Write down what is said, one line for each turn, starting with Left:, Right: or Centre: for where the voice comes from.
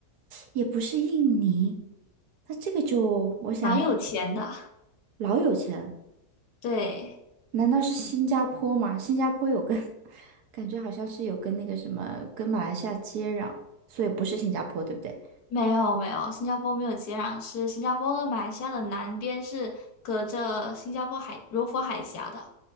Right: 也不是印尼。那这个就，我想。
Left: 蛮有钱的。
Right: 老有钱，
Left: 对，
Right: 难道是新加坡吗？新加坡有跟，<laughs> 感觉好像是有跟那个什么，跟马来西亚接壤，所以不是新加坡，对不对？
Left: 没有，没有，新加坡没有接壤是新加坡跟马来西亚的南边是隔着新加坡海柔佛海峡的。